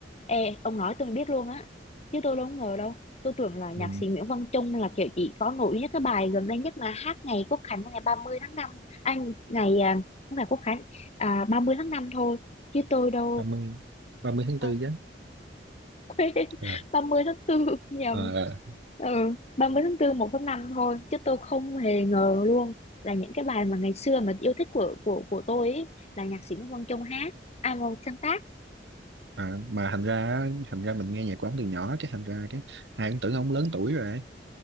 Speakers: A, on the left; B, on the right.
A: Ê, ông nói tôi mới biết luôn á. Chứ tôi đâu có ngờ đâu. Tôi tưởng là nhạc
B: ừ.
A: sĩ Nguyễn Văn Trung là kiểu chỉ có nổi nhất cái bài gần đây nhất mà hát ngày Quốc Khánh ngày 30 tháng năm, Anh, ngày, à, không phải Quốc Khánh, à, 30 tháng 5 thôi. Chứ tôi đâu,
B: ba mươi ba mươi tháng
A: à,
B: 4 chứ
A: quên, <laughs>
B: à,
A: 30 tháng tư nhầm.
B: à,
A: Ừ, 30 tháng tư một tháng 5 thôi. Chứ tôi không hề ngờ luôn là những cái bài mà ngày xưa mà yêu thích của của của tôi ấy, là nhạc sĩ Nguyễn Văn Trung hát, à, sáng tác.
B: à, mà thành ra thành ra mình nghe nhạc của ổng từ nhỏ cái thành ra cái ai cũng tưởng ổng lớn tuổi rồi